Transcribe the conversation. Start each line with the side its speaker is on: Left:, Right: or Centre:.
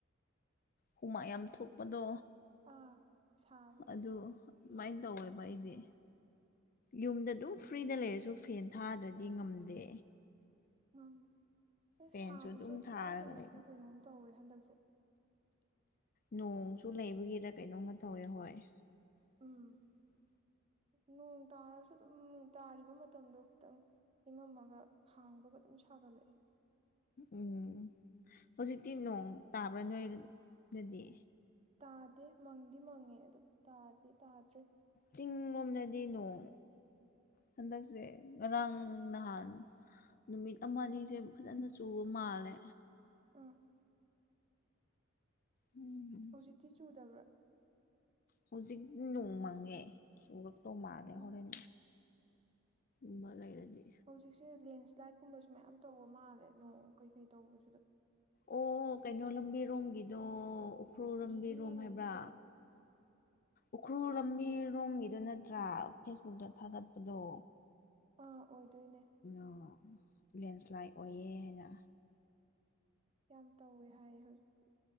Left: ꯍꯨꯃꯥꯡ ꯌꯥꯝ ꯊꯣꯛꯄꯗꯣ
Right: ꯑꯥ ꯁꯥꯕ
Left: ꯑꯗꯨ꯫ ꯑꯗꯨꯃꯥꯏꯅ ꯇꯧꯋꯦꯕ ꯑꯩꯗꯤ꯫ ꯌꯨꯝꯗ ꯑꯗꯨꯝ ꯐ꯭ꯔꯤꯗ ꯂꯩꯔꯁꯨ ꯐꯦꯟ ꯊꯥꯗ꯭ꯔꯗꯤ ꯉꯝꯗꯦ꯫
Right: ꯉꯝꯗꯦ ꯑꯝ
Left: ꯐꯦꯟꯁꯨ
Right: ꯁꯥꯕꯁꯦ
Left: ꯑꯗꯨꯝ
Right: ꯈꯪꯍꯦꯟ
Left: ꯊꯥꯔꯒ
Right: ꯍꯦꯟꯒꯠꯄ꯭ꯔꯥ
Left: ꯂꯩꯕ
Right: ꯀꯩꯅꯣꯝ ꯇꯧꯋꯦ ꯍꯟꯗꯛꯁꯦ꯫
Left: ꯅꯣꯡꯁꯨ ꯂꯩꯕꯒꯤꯔ ꯀꯩꯅꯣꯝꯃ ꯇꯧꯋꯦ ꯍꯣꯏ꯫ <inaudible>
Right: ꯎꯝ ꯅꯣꯡ ꯇꯥꯔꯁꯨ ꯑꯗꯨꯝ ꯇꯥꯔꯤꯕ ꯃꯇꯝꯗꯣ ꯈꯤꯇꯪ꯫ ꯏꯉꯝꯃꯒ ꯍꯥꯡꯕꯒ ꯑꯗꯨꯝ ꯁꯥꯒꯠꯂꯛꯑꯦ꯫
Left: ꯎꯝ ꯍꯧꯖꯤꯛꯇꯤ ꯅꯣꯡ ꯇꯥꯕ꯭ꯔꯥ ꯅꯣꯏꯗꯗꯤ꯫
Right: ꯇꯥꯗꯦ ꯃꯪꯗꯤ ꯃꯪꯉꯦ ꯑꯗꯨ ꯇꯥꯗꯤ ꯇꯥꯗ꯭ꯔꯤ꯫
Left: ꯆꯤꯡꯂꯣꯝꯗꯗꯤ ꯅꯣꯡ ꯍꯟꯗꯛꯁꯦ ꯉꯔꯥꯡ ꯅꯍꯥꯟ꯫ ꯅꯨꯃꯤꯠ ꯑꯃ ꯑꯅꯤꯁꯦ ꯐꯖꯅ ꯆꯨꯕ ꯃꯥꯜꯂꯦ꯫
Right: ꯑꯥ
Left: ꯎꯝ꯫
Right: ꯍꯧꯖꯤꯛꯇꯤ ꯆꯨꯗꯕ꯭ꯔꯥ꯫
Left: ꯍꯧꯖꯤꯛ ꯅꯣꯡ ꯃꯪꯉꯦ ꯆꯨꯔꯛꯇꯧ ꯃꯥꯜꯂꯦ
Right: ꯎꯝ
Left: ꯍꯣꯔꯦꯟ꯫ ꯎꯕ ꯂꯩꯔꯗꯤ꯫
Right: ꯍꯧꯖꯤꯛꯁꯦ ꯂꯦꯟꯁ꯭ꯂꯥꯏꯠ ꯀꯨꯝꯕꯁꯨ ꯃꯌꯥꯝ ꯇꯧꯕ ꯃꯥꯜꯂꯦ ꯅꯣꯡ ꯀꯩꯀꯩ ꯇꯧꯕꯁꯤꯗ꯫
Left: ꯑꯣ ꯀꯩꯅꯣ ꯂꯝꯕꯤꯔꯣꯝꯒꯤꯗꯣ ꯎꯈ꯭ꯔꯨꯜ ꯂꯝꯕꯤꯔꯣꯝ
Right: ꯖꯤꯔꯤꯔꯣꯝꯒꯤꯗꯨꯔ
Left: ꯍꯥꯏꯕ꯭ꯔꯥ꯫ ꯎꯈ꯭ꯔꯨꯜ ꯂꯝꯕꯤꯔꯣꯝꯒꯤꯗꯨ ꯅꯠꯇ꯭ꯔꯥ ꯐꯦꯁꯕꯨꯛꯇ ꯊꯥꯒꯠꯄꯗꯣ꯫
Right: ꯑꯥ ꯑꯣꯏꯗꯣꯏꯅꯦ꯫
Left: ꯑ ꯂꯦꯟꯁ꯭ꯂꯥꯏꯠ ꯑꯣꯏꯌꯦ ꯍꯥꯏꯕ꯫
Right: ꯌꯥꯝ ꯇꯧꯋꯦ ꯍꯥꯏ ꯍꯧꯖꯤꯛ